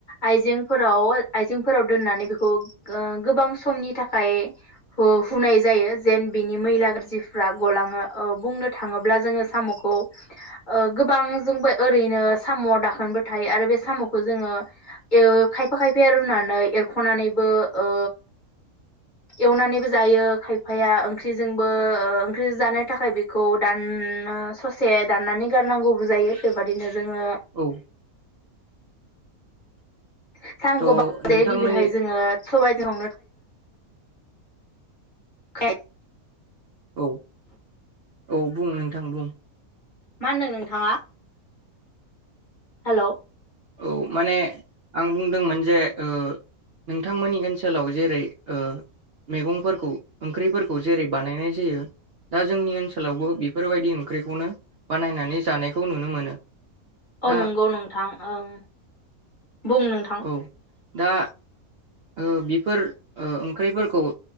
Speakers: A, on the left; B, on the right.
A: आइजेंफोराव आइजेंफोराव दोननानै बेखौ ओ गोबां समनि थाखाय हुनाय जायो जेन बिनि मैला गाज्रिफ्रा गलाङो औ बुंनो थाङोब्ला जोङो साम'खौ ओ गोबां जोंबो ओरैनो साम'आव दाखोनबो थायो आरो बे साम'खौ जोङो खायफा खायफाया रुनानै एरखनानैबो ओ एवनानैबो जायो खायफाया ओंख्रिजोंबो ओ ओंख्रिजों जानो थाखाय बेखौ दान ससे दाननानै गारनांगौबो जायो बेबादिनो। जोङो
B: औ
A: <unintelligible>
B: थ' नोंथांमोननि
A: गिबिहाय जोङो सबायजों <unintelligible>
B: औ औ बुं नोंथां बुं
A: मा होनदों नोंथाङा हेलौ
B: औ माने आं बुंदोंमोन जे ओ नोंथांमोननि ओनसोलाव जेरै ओ मैगंफोरखौ ओंख्रिफोरखौ जेरै बानायनाय जायो दा जोंनि ओनसोलावबो बेफोरबायदि ओंख्रिखौनो बानायनानै जानायखौ नुनो मोनो।
A: अ
B: दा
A: नंगौ नोंथां। ओं बुं नोंथां
B: औ दा ओ बिफोर ओ ओंख्रिफोरखौ